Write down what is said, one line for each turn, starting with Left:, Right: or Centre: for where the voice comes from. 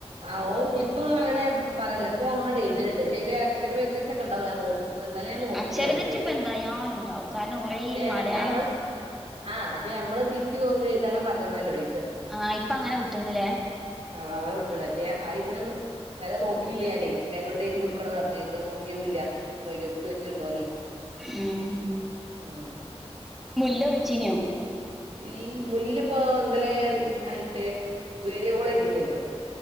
Right: ആ ഓ ഇപ്പൊ അങ്ങനെ പറയല്ല അപ്പോ അങ്ങട്ട എഴുത്തലുണ്ട് ചില അക്ഷരതെറ്റൊക്കണ്ടാകും ഞൻ നോക്കും ഇപ്പൊ ഇന്നലെ ഞാൻ നോക്കിയില്ല
Centre: അക്ഷരതെറ്റ്
Right: തോന്നുണ്ട്
Centre: ഇപ്പ എന്തായാലും ഉണ്ടാവും കാരണം കൊറേ
Right: പക്ഷേ
Centre: മലയാളം
Right: നമ്മള് ആഹ് പക്ഷെ നമ്മള് തിരുത്തി എഴുതണം പറഞ്ഞുന്നല്ലോടീ
Centre: ആ ഇപ്പ അങ്ങനെ വിട്ടീണല്ലേ
Right: ആഹ്എന്നാ വിട്ടോളി അ ഇന്ന് ഇന്നലെ നോക്കിയില്യ ഞാന്. പേനണ്ട് എഴുതികൊടുക്കണം
Centre: ഉം
Right: പറഞ് ഇപ്പൊ നോക്കിയോ ല്യ ഓൾ എഴുതി വെച്ച്ടോ ന് <inaudible>
Centre: മും
Right: ആാാ
Centre: മുല്ല വിളിച്ചീനിയോ
Right: ഇ മുല്ലപ്പ ഇ ന്നലെ ഞറ്റേ വീഡിയോ കോൾ എഴുതിനിയല്ലോ